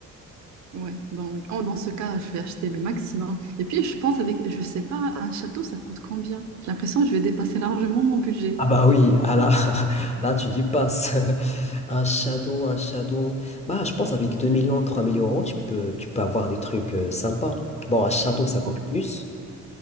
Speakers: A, on the right; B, on the left.
A: Ouais, ben oui. Oh, dans ce cas, je vais acheter le maximum. Et puis, je pense avec, je sais pas, un château, ça coûte combien? J'ai l'impression que je vais dépasser largement mon budget.
B: Ah bah oui, ah là, <laughs> là tu dis passe. <laughs> Un château, un château. Bah je pense avec 2 millions, 3 millions d'euros, tu peux, tu peux avoir des trucs euh, sympas. Bon, un château, ça coûte
A: Ouais,
B: plus.